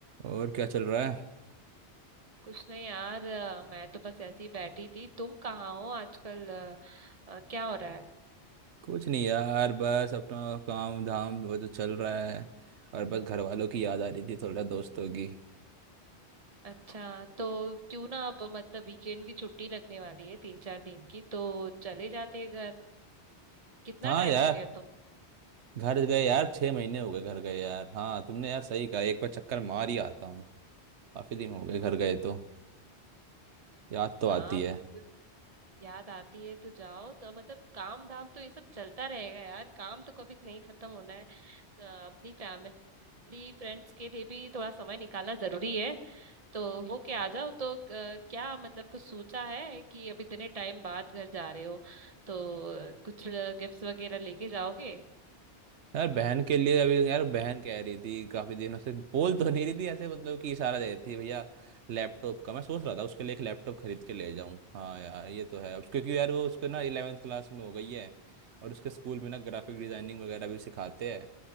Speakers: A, on the right; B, on the right.
A: और क्या चल रहा है
B: कुछ नहीं यार अ, मैं तो बस ऐसे ही बैठी थी तुम कहाँ हो आजकल अ, अ, क्या हो रहा है
A: कुछ नहीं यार बस अपना काम धाम वो जो चल रहा है और बस घर वालों की याद आ रही थी थोड़ा दोस्तों की
B: अच्छा तो क्यों ना अब मतलब वीकेंड की छुट्टी लगने वाली है तीन चार दिन की तो चले जाते हैं घर कितना
A: हाँ
B: टाइम
A: यार
B: हो गया तुम
A: घर गए यार छह महीने हो गए घर गए यार हाँ तुमने यार सही कहा एक बार चक्कर मार ही आता हूँ काफी दिन हो गए घर गए तो याद तो
B: हाँ
A: आती है
B: बिल्कुल याद आती है तो जाओ तो मतलब काम धाम तो ये सब चलता रहेगा यार काम तो कभी नहीं खत्म होना है अ, अपनी फैमिली फ्रेंड्स के लिए भी थोड़ा समय निकालना जरूरी है तो हो के आ जाओ तो अ, क्या मतलब कुछ सोचा है कि अब इतने टाइम बाद घर जा रहे हो तो अ, कुछ गिफ्ट्स वगैरह लेके जाओगे
A: यार बहन के लिए अभी यार बहन कह रही थी काफी दिनों से बोल तो नहीं रही थी ऐसे मतलब कि इशारा दे रही थी भैया लैपटॉप का मैं सोच रहा था उसके लिए एक लैपटॉप खरीद के ले जाऊं हाँ यार ये तो है उसके क्योंकि यार वो उसको ना इलेवेंथ क्लास में हो गई है और उसके स्कूल में ना ग्राफिक डिजाइनिंग वगैरह भी सिखाते हैं